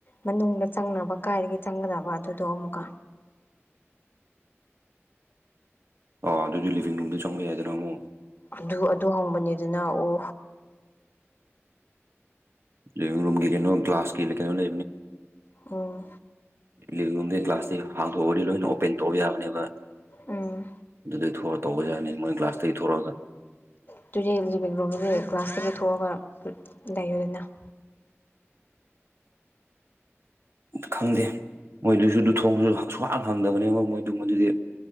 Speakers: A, on the left (about 45°); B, on the right (about 60°).
A: ꯃꯅꯨꯡꯗ ꯆꯪꯅꯕ ꯀꯥꯏꯗꯒꯤ ꯆꯪꯒꯗꯕ ꯑꯗꯨꯗꯣ ꯑꯃꯨꯛꯀ
B: ꯑ ꯑꯗꯨꯗꯤ ꯂꯤꯚꯡ ꯔꯨꯝꯗ ꯆꯪꯕ ꯌꯥꯏꯗꯅ ꯑꯃꯣ
A: ꯑꯗꯨ ꯑꯗꯨ ꯍꯪꯕꯅꯤꯗꯅ ꯑꯣ
B: ꯂꯤꯚ ꯔꯨꯝꯒꯤ ꯀꯩꯅꯣ ꯀ ꯀ꯭ꯂ꯭ꯂꯥꯁꯀꯤ ꯂ ꯀꯩꯅꯣꯅꯦ
A: ꯎꯝ
B: ꯂꯤꯕꯤꯡ ꯔꯨꯝꯗꯒꯤ ꯀ꯭ꯂꯥꯁꯇꯤ ꯍꯥꯡꯊꯣꯛꯑꯗꯤ ꯂꯣꯏꯅ ꯑꯣꯄꯦꯟ ꯇꯧꯕ ꯌꯥꯕꯅꯦꯕ
A: ꯎꯝ
B: ꯑꯗꯨꯗꯩ ꯊꯣꯛ ꯇꯧꯕ ꯌꯥꯅꯤ ꯃꯣꯏ ꯀ꯭ꯂꯥꯁꯇꯒꯤ ꯊꯣꯛꯂꯛꯑꯒ
A: ꯑꯗꯨꯨꯒꯤ ꯂꯤꯕꯤꯡ ꯔꯨꯝꯝꯒꯤ ꯒ꯭ꯂꯥꯁꯇꯒꯤ ꯊꯣꯛꯑꯒ ꯂꯩꯌꯣ ꯑꯗꯨꯅ ꯍ
B: ꯈꯪꯗꯦ ꯃꯣꯏꯗꯨꯁꯨ ꯑꯗꯨ ꯊꯣꯡꯁꯨ ꯁꯨꯍꯥꯟꯅ ꯍꯪꯗꯕꯅꯦꯕ ꯃꯣꯏꯗꯨ ꯃꯗꯨꯗꯤ